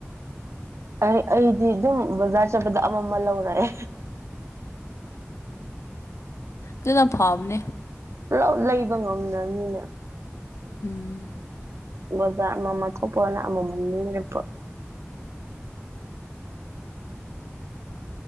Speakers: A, on the right; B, on the left.
A: ꯑꯩ ꯑꯩꯗꯤ ꯑꯗꯨꯝ ꯕꯖꯥꯔ ꯆꯠꯄꯗ ꯑꯃ ꯃ ꯂꯧꯔꯛꯑꯦ
B: ꯗꯣꯅ ꯐꯥꯕꯅꯦ
A: ꯄꯨꯂꯞ ꯂꯩꯕ ꯉꯝꯗꯕꯅꯤꯅ
B: ꯎꯝ
A: ꯕꯖꯥꯔ ꯑꯃ ꯃ ꯊꯣꯛꯄꯅ ꯑꯃꯃꯝ ꯂꯩꯔꯛꯄ